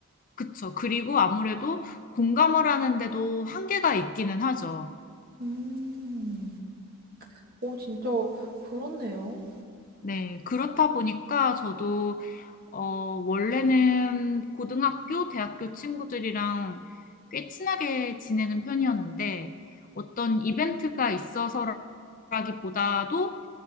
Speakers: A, on the left (about 35°); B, on the right (about 40°).
A: 그쵸. 그리고 아무래도 공감을 하는데도 한계가 있기는 하죠.
B: 음, 오 진짜 그렇네요.
A: 네, 그렇다 보니까 저도, 어, 원래는 고등학교, 대학교 친구들이랑 꽤 친하게 지내는 편이었는데 어떤 이벤트가 있어서라기보다도